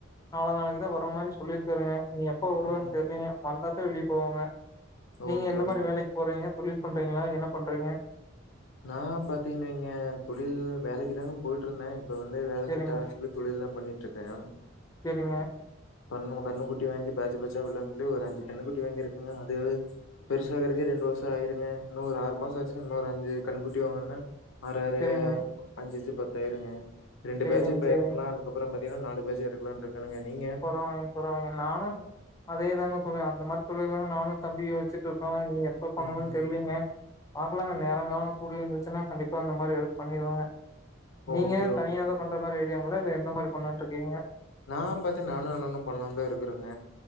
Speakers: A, on the left (about 15°); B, on the left (about 70°).
A: நால நாளைக்கு தா வர மாரி சொல்லிருக்குறே இனி எப்ப வருவார்னு
B: ம்.
A: தெர்லீங்க வந்தா <unintelligible> வெளிய போவோங்க நீங்க
B: ஓகே,
A: எந்த
B: ஓகே.
A: மாரி வேலைக்
B: அதுவும்
A: போறீங்க தொழில் பண்றீங்ளா என்ன பண்றீங்க
B: நா பாத்திங்கன் வெய்ங்க தொழில் வேலைக்கு தாங்க போய்ட்ருந்தே இப்ப வந்து வேல
A: சேரிங்க
B: செட்டாகல சொல்லி தொழில் தா பண்ணிட்ருக்கே
A: சேரிங்க
B: பண்ணுவோ கண்ணுக்குட்டி வாங்கி பேட்ஜ் பேட்ஜா உட்லா சொல்லி ஒரு அஞ்சு கன்னு குட்டி வாங்கிருக்குங்க அது பெருசாகருக்கு ரெண்டு வர்ஷோ ஆயிருங்க இன்னு ஒரு ஆறு மாசோ வச்சுருந்து இன்னோரு அஞ்சு கன்னுகுட்டி வாங்னோன்ன ஆராறு
A: சேரிங்க
B: அஞ்சஞ்சு பத் தாய்ருங்க ரெண்டு
A: சேரிங்க
B: பேஜு இப்ப
A: சேரிங்க
B: எறக்கலா அதுக்கப்றம் பாத் தீனா நாலு பேஜ் எறக்கலான்ட்ருக்கானுங்க நீங்க
A: பரவால்லீங் பரவால்லீங்க நானு அ தே தாங்க தோழர் அந்த மார் தொழிலதாங்க நானு தம்பியு வெச்சிட்ருக்கோ இனி எப்ப பண்ணுவோன்னு
B: ம்.
A: தெரிலீங்க பாக்கலாங்க நேரங்காலோ கூடி வந்துருந்துச்சுன்னா கண்டிப்பா இந்த மாரி ஹெல்ப் பண்ணிருவாங்க நீங்க
B: ஓகே, ஓகே.
A: தனியாதா பண்ற மார் ஐ டியாங்களா இல்ல எந்த மாரி பண்லான்ட்ருக்கீங்க
B: நா பாத்தீங் நானு அண்ணனு பண்லான்டு இருக்கறங்க